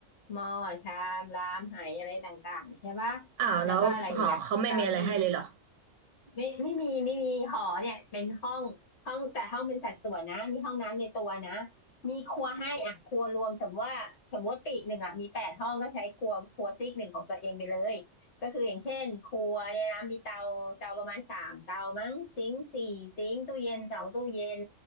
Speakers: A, on the left; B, on the right.
A: หม้อชามรามไหอะไรต่างๆใช่ปะ
B: อ้าวแล้วหอเขาไม่มีอะไรให้เลยเหรอ
A: แล้วก็อะไรอีกอะตามที่ ไม่ไม่มีไม่มีหอเนี่ยเป็นห้องห้องแต่ห้องเป็นสัดส่วนนะมีห้องน้ำในตัวนะมีครัวให้อ่ะครัวรวมสมมติว่าสมมติปีกหนึ่งอ่ะมีแปดห้องก็ใช้ครัวครัวซีกหนึ่งของตัวเองไปเลยก็คืออย่างเช่นครัวเนี่ยนะมีเตาเตาประมาณสามเตามั้งซิงค์สี่ซิงค์ตู้เย็นสองตู้เย็น